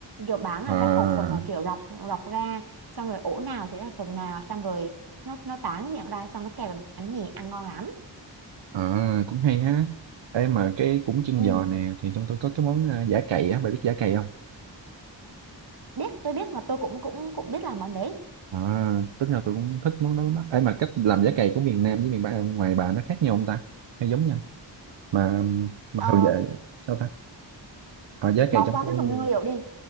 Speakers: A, on the right (about 55°); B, on the right (about 70°).
A: kiểu bán là
B: à
A: theo khẩu phần là kiểu rọc rọc ra xong rồi ổ nào thì là phần nào xong rồi nó nó tán miệng ra xong nó kèm với bánh mì ăn ngon lắm
B: À, cũng hay ha. Ê mà cái cũng chân
A: ừ
B: giò nè thì trong tôi có cái món à, giả cày á, bà biết giả cày không?
A: biết tôi biết và tôi cũng cũng cũng biết làm món đấy
B: À, tính ra tôi cũng thích món đó lắm. á. Ê mà cách làm giả cày của miền Nam với miền Bắc ngoài bà nó khác nhau không ta? Hay giống nhau? Mà mà
A: Ờ,
B: thường về sao ta? À, giả
A: bỏ
B: cày trong
A: qua
B: tôi
A: cái phần nguyên liệu đi